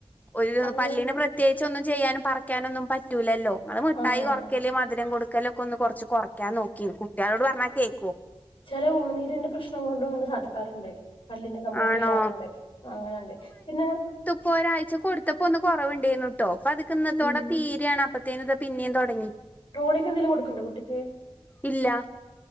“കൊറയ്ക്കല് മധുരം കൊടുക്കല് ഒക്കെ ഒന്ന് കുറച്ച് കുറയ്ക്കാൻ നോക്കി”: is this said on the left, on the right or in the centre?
Left